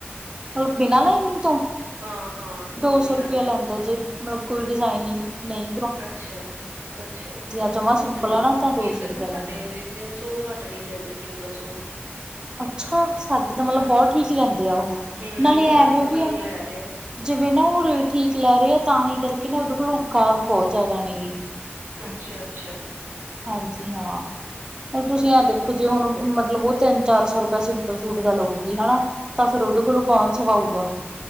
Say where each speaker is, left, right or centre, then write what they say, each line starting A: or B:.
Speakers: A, on the right; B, on the right.
A: ਬਿਨਾਂ ਲਾਈਨਿੰਗ ਤੋਂ
B: ਹਾਂ-ਹਾਂ
A: ਦੋ
B: ਬਿਨਾਂ
A: ਸੌ ਰੁਪਇਆ
B: ਲਾਈਨਿੰਗ
A: ਲੈਂਦਾ ਜੀ। ਮਤਲਬ ਕੋਈ ਡਿਜ਼ਾਇਨਿੰਗ ਨਈ,
B: ਅੱਛਾ, ਅੱਛਾ, ਅੱਛਾ
A: ਜਮਾਂ ਸਿੰਪਲ ਆ ਨਾ ਤਾਂ ਦੋ
B: ਇੱਧਰ
A: ਸੌ ਰੁਪਇਆ
B: ਤੇ
A: ਲੈਂਦੇ
B: ਸਾਡੇ
A: ਆ।
B: ਤਿੰਨ ਸੌ ਤੋਂ ਘੱਟ ਨੀ ਲੈਂਦੇ ਸਿੰਪਲ ਸੂਟ ਦੀ,
A: ਅੱਛਾ, ਸਾਡੇ ਤਾਂ ਮਤਲਬ
B: ਹਾਂ,
A: ਬਹੁਤ ਠੀਕ ਲੈਂਦੇ ਆ ਉਹ
B: ਹੂੰ
A: ਨਾਲੇ
B: ਤੁਹਾਡੇ
A: ਐਵੇਂ
B: ਤੇ
A: ਵੀ
B: ਠੀਕ
A: ਆ ਨਾ,
B: ਲੈ ਰਹੇ ਆ,
A: ਜਿਵੇਂ ਨਾ ਉਹ ਰੇਟ ਠੀਕ ਲੈ ਰਹੇ ਆ ਤਾਂ ਹੀ ਕਰਕੇ ਨਾ ਉਹਦੇ ਕੋਲੋ ਗਾਹਕ ਬਹੁਤ ਜ਼ਿਆਦਾ ਨੇ ਗੇ।
B: ਅੱਛਾ-ਅੱਛਾ।
A: ਹਾਂਜੀ ਹਾਂ, ਔਰ ਤੁਸੀਂ ਆ
B: ਹੂੰ,
A: ਦੇਖੋ ਜੇ ਹੁਣ ਮਤਲਬ ਉਹ ਤਿੰਨ, ਚਾਰ ਸੌ ਰੁਪਿਆ ਸਿੰਪਲ ਸੂਟ ਦਾ ਲਊਗੀ ਹਨਾ ਤਾਂ ਫੇਰ ਉਹਦੇ ਕੋਲੋਂ ਕੌਣ ਸਵਾਊਗਾ।